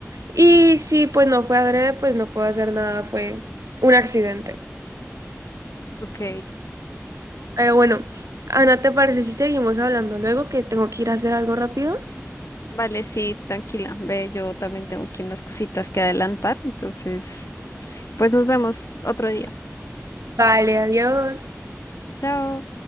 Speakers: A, on the right; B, on the left.
A: Y si pues no fue adrede, pues no puedo hacer nada, fue un accidente.
B: Ok,
A: Pero bueno, Ana, ¿te parece si seguimos hablando luego que tengo que ir a hacer algo rápido?
B: vale, sí, tranquila, ve, yo también tengo aquí unas cositas que adelantar, entonces pues nos vemos otro día.
A: Vale, adiós.
B: Chao.